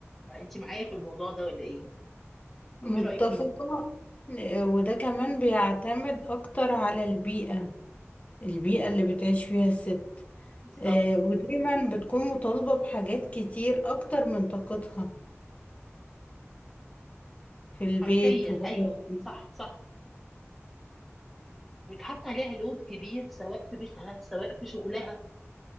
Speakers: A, in the centre; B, on the left.
A: فانت معايا في الموضوع ده ولا ايه؟
B: متفقة
A: او ايه رأيك فيه؟
B: آه، وده كمان بيعتمد اكتر على البيئة البيئة اللي بتعيش فيها الست
A: بالظبط
B: آه، ودايما بتكون مطالبة بحاجات كتير اكتر من طاقتها في البيت
A: حرفيا
B: وبره
A: ايوه
B: البيت.
A: صح صح بيتحط عليها لود كبير سواء في بيتها سواء في شغلها